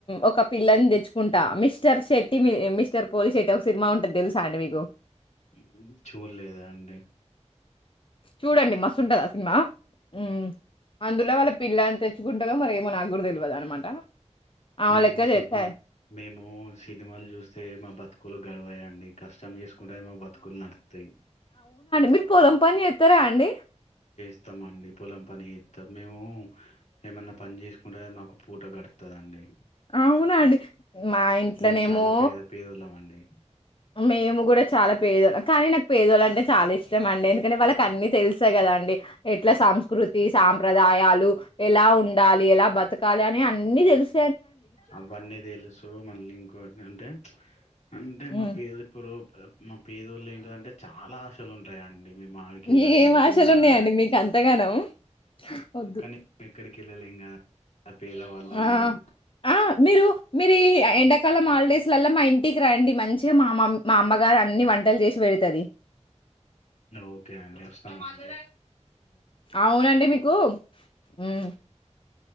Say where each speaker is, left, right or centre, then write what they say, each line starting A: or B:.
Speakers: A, on the left; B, on the left.
A: ఒక పిల్లని తెచ్చుంటా మిస్ స్టర్ శెట్టి మీ మిస్టర్ పోలి శెట్టి ఒక సినిమా ఉంటది తెలుసా అండి మీకు
B: హ్మ్ చూడలేదు అండి
A: చూడండి మస్తుంటది ఆ సినిమా హ్మ్ అందులో వాళ్ళ పిల్లని తెచ్చుకుంటరో మరి ఏమో నాకు కూడా తెల్వదు అన్నమాట ఆమె
B: మేము
A: లెక్క చే
B: సినిమా మేము సినిమాలు జూస్తే మా బతుకులు గడవయండి కష్టం చేసు కూంటేనే మా బతుకులు నడుత్తయి
A: మీ పొలం పని చేస్తారా అండి
B: చేస్తామ అండి పొలం పని చేస్తాం, మేము ఏమన్నా పని చేసుకుంటే మాకు పూట గడుతాదండి.
A: అవునండి మా ఇంట్లోనేమో
B: మేము చాలా పేద పేదోళ్ళమండి.
A: మేము గుడా చాలా పేద్ కానీ నాక్ పేదోల్లంటే చాలా ఇష్టం అండి వాళ్ళకి అన్ని తెలుస్తయ్ కదా అండి ఎట్లా సంస్కృతి సాంప్రదాయాలు ఎలా ఉండాలి ఎలా బతకాలి అని అన్ని తెలుస్
B: అవన్నీ తెలుసు మళ్ళీ ఇంకో అంటే అంటే
A: హ్మ్.
B: మా పేద ఇప్పుడు మా పేదోళ్ళు ఏంటిదంటే చాలా ఆశలు ఉంటయండి మేము ఆడికెళ్ళాలి
A: మీకేం
B: ఇడికెళ్ళాలని
A: ఆశలున్నాయండి మీకు అంతగానం? ఒద్దు.
B: కానీ ఎక్కడికి ఎళ్ళాలేం కదాం పేద వాళ్ళం
A: ఆ!
B: మేము
A: ఆ మీరు మీరు ఈ ఎండాకాలం హాలిడేస్ లల్ల మా ఇం టికి రండి మంచిగా మా మా అమ్మగారు అన్ని వంటలు చేసి పెడుతది
B: ఓకే అండి వస్తాం అండి
A: అవునండి మీకు మ్